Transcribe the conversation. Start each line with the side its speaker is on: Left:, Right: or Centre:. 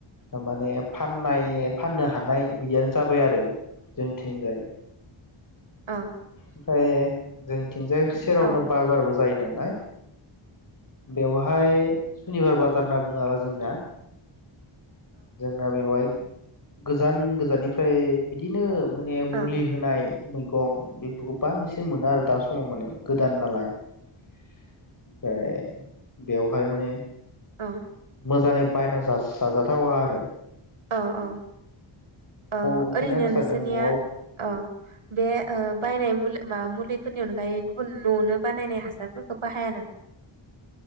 Left: माने फाननाय फाननो हानाय बिदियानो जाबाय आरो। रो जोंनिथिंजाय।
Right: <inaudible>
Left: ओमफ्राय जों थिंजाय सेरावनो
Right: औ
Left: बाजारबो जायो नालाय बेवहाय सनिबार बाजार नाव बुङो आरो जोंना। जोंना बेवहाय गोजान गोजाननिफ्राय बिदिनो माने
Right: औ
Left: मुलि
Right: औ
Left: होनाय बै गं बेफोरखौ बांसिन मोनो आरो दा समाव माने गोदान नालाय ओमफ्राय बेवहाय माने
Right: ओ
Left: मोजाङै बायना जा-जाजाथावा <inaudible>
Right: अ अ औ
Left: ओंखायनो
Right: ओरैनो
Left: आं सानो
Right: नोंसोरनिया
Left: न'आव
Right: ओ बे ओ बायनाय मुुलि मा मुलिफोरनि अनगायै गुबुन न'आवनो बानायनाय हासारफोरखौ बाहाया नामा?